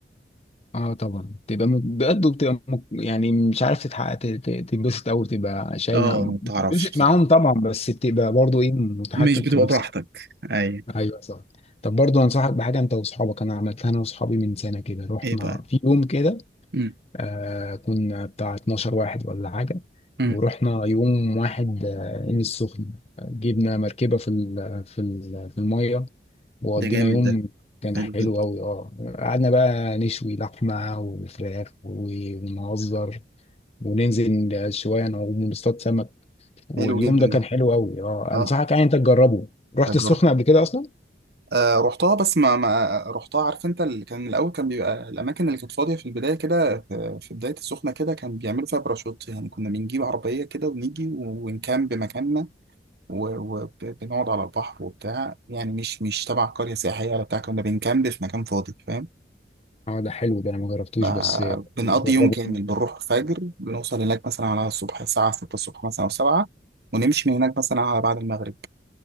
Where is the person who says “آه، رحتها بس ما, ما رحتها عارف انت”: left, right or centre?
Right